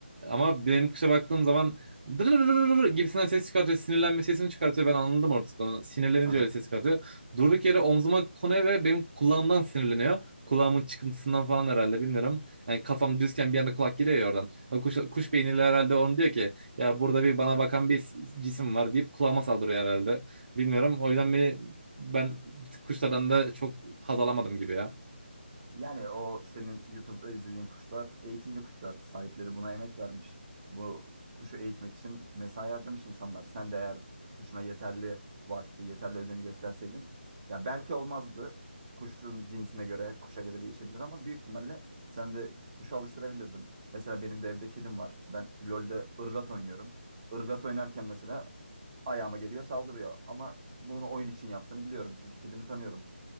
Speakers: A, on the right (about 45°); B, on the right (about 30°).
A: Ama benim kuşa baktığım zaman dırırırır gibisinden ses çıkartıyor. Sinirlenme sesini çıkartıyor. Ben anladım artık onu. Sinirlenince
B: <laughs>
A: öyle ses çıkartıyor. Durduk yere omzuma konuyor ve benim kulağımdan sinirleniyor. Kulağımın çıkıntısından falan herhalde bilmiyorum. Yani kafam düzken bir anda kulak geliyor ya oradan. O Kuş, kuş beyniyle herhalde onu diyor ki ya burada bir bana bakan bir cisim var deyip kulağıma saldırıyor herhalde. Bilmiyorum. O yüzden beni ben bir tık kuşlardan da çok haz alamadım gibi ya.
B: Yani o senin YouTube'da izlediğin kuşlar eğitimli kuşlar. Sahipleri buna emek vermiş. Bu kuşu eğitmek için mesai harcamış insanlar. Sen de eğer kuşuna yeterli vakti, yeterli özeni gösterseydin ya belki olmazdı. Kuşun cinsine göre, kuşa göre değişebilir ama büyük ihtimalle sen de kuşu alıştırabilirdin. Mesela benim de evde kedim var. Ben LoL'de ırgat oynuyorum. Irgat oynarken mesela ayağıma geliyor saldırıyor. Ama bunu oyun için yaptığını biliyorum çünkü kedimi tanıyorum.